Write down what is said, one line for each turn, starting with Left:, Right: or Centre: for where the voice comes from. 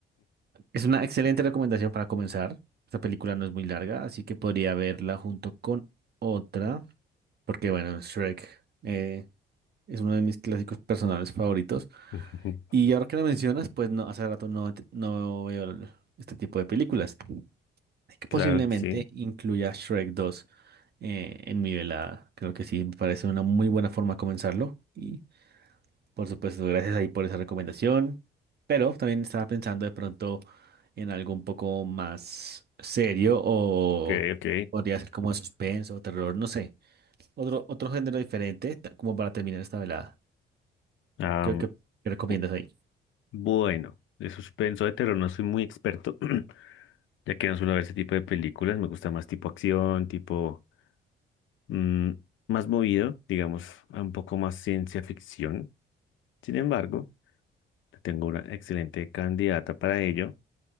Right: es una excelente recomendación para comenzar. Esta película no es muy larga, así que podría verla junto con otra, porque bueno, Shrek eh, es uno de mis clásicos personales favoritos.
Left: Ujú,
Right: Y ahora que lo mencionas, pues no, hace rato no, te- no veo el- este tipo de películas. Y Que posiblemente
Left: Claro que sí.
Right: incluya Shrek dos eh, en mi velada. Creo que sí, me parece una muy buena forma de comenzarlo. Y por supuesto, gracias ahí por esa recomendación. Pero también estaba pensando de pronto en algo un poco más serio o
Left: Ok, ok.
Right: podría ser como de suspenso o terror, no sé. Otro, otro género diferente ta- como para terminar esta velada.
Left: Am,
Right: Creo que ¿qué recomiendas
Left: bu-
Right: ahí.
Left: bueno, de suspenso de terror no soy muy experto, <clears throat> ya que no suelo ver ese tipo de películas. Me gusta más tipo acción, tipo mm, más movido, digamos, a un poco más ciencia ficción. Sin embargo, tengo una excelente candidata para ello